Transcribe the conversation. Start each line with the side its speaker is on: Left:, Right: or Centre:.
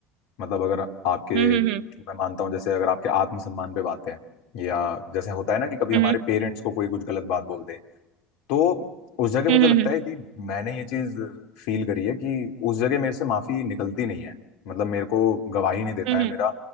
Left: मतलब अगर आपके
Right: हम्म
Left: मैं
Right: हम्म
Left: मानता हूँ जैसे अगर आपके आत्मसम्मान पे बात है या जैसे होता है ना कि कभी
Right: हम्म
Left: हमारे पेरेंट्स को कोई कुछ गलत बात बोल दे तो उस जगह
Right: हम्म
Left: मुझे लगता
Right: हम्म
Left: है कि मैंने ये चीज फील करी है कि उस जगह मेरे से माफी निकलती नहीं है मतलब मेरे को गवाही नहीं देता
Right: हम्म हम्म
Left: है
Right: हम्म
Left: मेरा